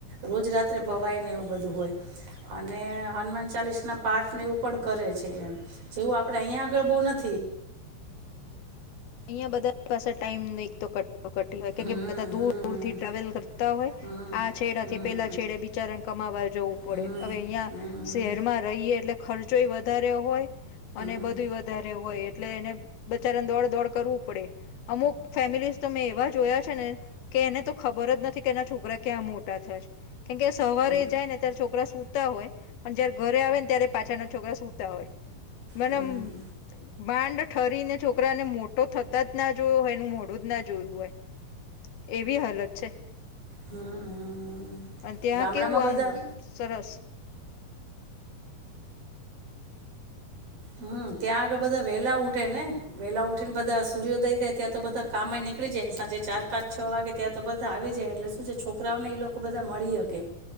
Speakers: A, on the right (about 75°); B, on the left (about 85°).
A: રોજ રાત્રે ભવાય ને એવું બધું હોય અને હનુમાન ચાલીસ ના પાઠ ને એવું પણ કરે છે એમ જેવું આપડે અહીંયા આગળ બહુ. થવું.
B: અ બધા પાસે ટાઈમ ની તો ક ટી હોય કેમ
A: હમ
B: કે બધા દૂર
A: હમ
B: દૂર થી ટ્રાવેલ કરતા હોય
A: હમ
B: આ છેડાથી
A: હમ
B: પેલા
A: હમ
B: છેડે બિચારાને કમાવા જવું પડે
A: હમ
B: હવે અહિયાં
A: હમ
B: શહેરમાં રહીએ એટલે ખર્ચ જોઈ એ વધારે હોય. અને
A: હમ
B: બધું વધારે હોય. એટલે એને બચારાને દોડ દોડ. કરવું પડે અમુક ફેમિલીઝ તો મે એવા જોયા છેને કે એને તો ખબર જ નથી કે એના છોકરા ક્યાં મોટા થશે કેમકે સવારે
A: થયા.
B: જાય ને ત્યારે છોકરા સુતા હોય પણ જયારે ઘરે આવે ને ત્યારે પાછા ના છોકરા સુૂતા હોય મને
A: હમ
B: અમ માંડ ઠરી ને છોકરાને મો તો થતા જ ના જોયો હોયનું મોડું જ ના જોયું હોય એવી હાલત છે
A: હમ
B: અને ત્યાં
A: ગામડામાં
B: કેવું
A: બધા
B: આમ સરસ
A: હમ્મ ત્યાં આગળ બધા વેલા ઉઠે ને વેલા ઉઠી ને બધા સૂર્યોદય થાય ત્યાં તો બધા કામેં નીકળી જાય ને સાંજે ચાર પાંચ છ વાગે ત્યાં તો બધા આવી જાય એટલે શું છે છોકરાઓને એ લોકો બધા મળી શકે